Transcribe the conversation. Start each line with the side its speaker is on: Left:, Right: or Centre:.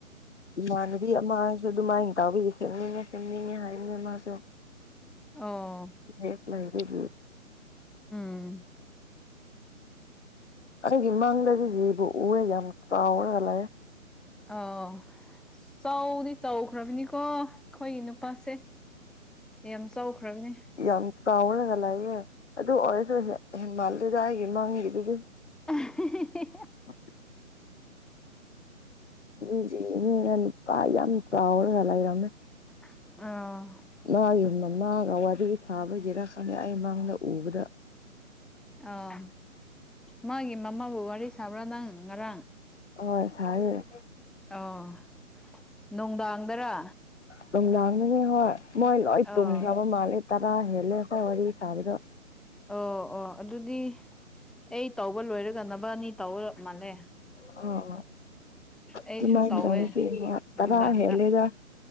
Left: ꯏꯃꯥꯟꯅꯕꯤ ꯑꯃꯁꯁꯨ ꯑꯗꯨꯃꯥꯏꯅ ꯇꯥꯎꯕꯤꯌꯦ ꯁꯦꯝꯅꯤꯡꯉꯦ ꯁꯦꯝꯅꯤꯡꯉꯦ ꯍꯥꯏꯅꯦ ꯃꯥꯁꯨ
Centre: ꯑꯣ
Left: ꯕꯦꯒ ꯂꯩꯕꯒꯤ
Centre: ꯎꯝ
Left: ꯑꯩꯒꯤ ꯃꯥꯡꯗꯗꯤ ꯖꯤꯕꯨ ꯎꯑꯦ ꯌꯥꯝ ꯆꯥꯎꯔꯒ ꯂꯥꯛꯑꯦ
Centre: ꯑꯧ ꯆꯥꯎꯗꯤ ꯆꯥꯎꯈ꯭ꯔꯕꯅꯤꯀꯣ ꯑꯩꯈꯣꯏꯒꯤ ꯅꯨꯄꯥꯁꯦ ꯌꯥꯝ ꯆꯥꯎꯈ꯭ꯔꯕꯅꯦ
Left: ꯌꯥꯝ ꯆꯥꯎꯔꯒ ꯂꯩꯑꯦ ꯑꯗꯨ ꯑꯣꯏꯔꯁꯨ ꯏꯍꯦꯟ ꯃꯥꯜꯂꯣꯏꯗ ꯑꯩꯒꯤ ꯃꯥꯡꯒꯤꯗꯨꯗꯤ
Centre: ꯑꯍꯦ ꯍꯦ ꯍꯦ
Left: ꯑ <unintelligible> ꯏꯁꯤ ꯏꯉꯅ ꯅꯨꯄꯥ ꯌꯥꯝ ꯆꯥꯎꯔꯒ ꯂꯩꯔꯝꯃꯦ
Centre: ꯑ
Left: ꯃꯥꯒꯤ ꯃꯅꯥꯎꯅ ꯋꯥꯔꯤ ꯁꯥꯕꯉꯤꯔ ꯈꯪꯗꯦ ꯑꯩ ꯃꯥꯡꯗ ꯎꯕꯗ
Centre: ꯑꯥ ꯃꯥꯒꯤ ꯃꯃꯥꯕꯨ ꯋꯥꯔꯤ ꯁꯥꯕ꯭ꯔꯥ ꯅꯪ ꯉꯔꯥꯡ
Left: ꯍꯣꯏ ꯁꯥꯏꯌꯦ
Centre: ꯑꯣ ꯅꯨꯡꯗꯥꯡꯗꯔꯥ
Left: ꯅꯨꯡꯗꯥꯡꯗꯅꯦ ꯍꫭꯏ ꯃꯣꯏ ꯂꫭꯏ
Centre: ꯑꯣ
Left: ꯇꯨꯝꯒꯕ ꯃꯥꯜꯂꯦ ꯇꯔꯥ ꯍꯦꯜꯂꯦꯕ ꯀ ꯋꯥꯔꯤ ꯁꯥꯥꯕꯗꫭ
Centre: ꯑꯣ ꯑꯣ ꯑꯗꯨꯗꯤ ꯑꯩ ꯇꯧꯕ ꯂꯣꯏꯔꯒ ꯅꯕꯥꯟꯅꯤ ꯇꯧ ꯃꯥꯜꯂꯦ
Left: ꯑꫭ ꯑꫭ
Centre: ꯑꯩꯁꯨ
Left: ꯑꯗꯨꯃꯥꯏ
Centre: ꯇꯧꯋꯦ
Left: ꯇꯧꯕꯁꯤꯗ ꯇꯔꯥ
Centre: ꯅꯨꯡꯗꯥꯡꯗ
Left: ꯍꯦꯂꯦꯗ